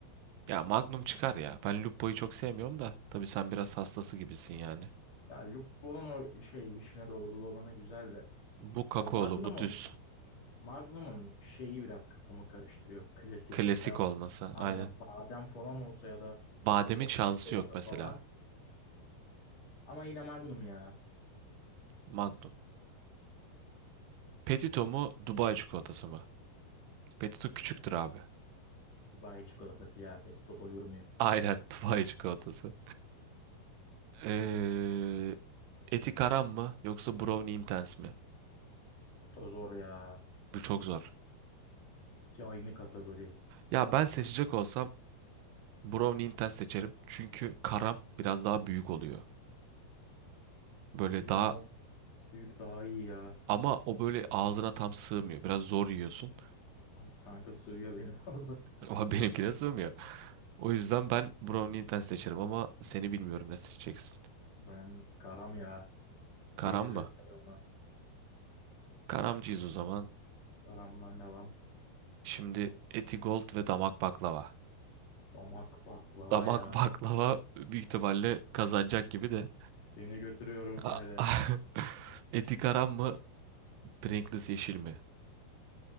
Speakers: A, on the right (about 80°); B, on the left (about 45°).
A: Ya Magnum çıkar ya. Ben Lupo'yu çok sevmiyorum da. Tabii sen biraz hastası gibisin yani.
B: Ya Lupo'nun o şey vişne dolgulu olanı güzel de.
A: Bu kakaolu,
B: Ya Magnum'un
A: bu düz.
B: Magnum'un şeyi biraz kafamı karıştırıyor. Klasik.
A: Klasik
B: Mesela
A: olmasa.
B: aynen
A: Aynen.
B: badem falan olsa ya da
A: Bademin
B: o da
A: şansı
B: çikolata
A: yok mesela.
B: falan. Ama yine Magnum ya.
A: Magnum. Petito mu Dubai çikolatası mı? Petito küçüktür abi.
B: Dubai çikolatası ya. Pek doyurmuyor.
A: Aynen <laughs> Dubai çikolatası. Ee, eti karam mı yoksa brownie intense mi?
B: Bu da zor ya.
A: Bu çok zor.
B: İki aynı kategori.
A: Ya ben seçecek olsam brownie intense seçerim. Çünkü karam biraz daha büyük oluyor. Böyle
B: Büyük
A: daha
B: da büyük daha iyi ya.
A: ama o böyle ağzına tam sığmıyor. Biraz zor yiyorsun.
B: Kan- Kanka, sığıyor benim <laughs> fazla.
A: <laughs> Ama benimkine sığmıyor. O yüzden ben brownie intense seçerim ama seni bilmiyorum ne seçeceksin.
B: Ben karam ya.
A: Karam
B: Deliririz
A: mı?
B: karama.
A: Karamcıyız o zaman.
B: Karamdan devam.
A: Şimdi Etigold ve damak baklava.
B: Damak baklava
A: Damak
B: ya.
A: <laughs> baklava büyük ihtimalle kazanacak gibi de.
B: Seni götürüyorum
A: A-
B: finale.
A: <laughs> Eti karam mı? Pringles yeşil mi?